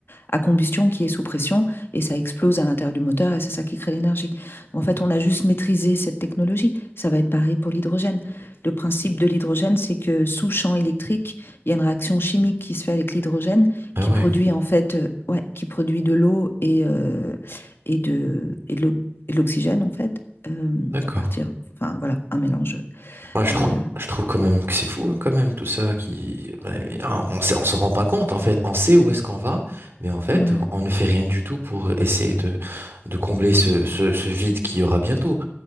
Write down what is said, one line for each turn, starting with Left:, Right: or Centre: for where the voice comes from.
Left: à combustion qui est sous pression et ça explose à l'intérieur du moteur et c'est ça qui crée l'énergie. En fait, on a juste maîtrisé cette technologie. Ça va être pareil pour l'hydrogène. Le principe de l'hydrogène, c'est que sous champ électrique, il y a une réaction chimique qui se fait avec l'hydrogène
Right: ah
Left: qui
Right: ouais
Left: produit en fait, euh, ouais, qui produit de l'eau et, euh, et de, et de l'o- et de l'oxygène en fait, euh,
Right: D'accord.
Left: à partir, enfin voilà, un mélange.
Right: Moi, je trouve,
Left: euh,
Right: je trouve quand même que c'est fou, hein, quand même, tout ça qui, ouais, on ne on s'en rend pas compte, en fait. On sait où est-ce qu'on va, mais en fait,
Left: ouais.
Right: on ne fait rien du tout pour essayer de, de combler ce, ce, ce vide qu'il y aura bientôt.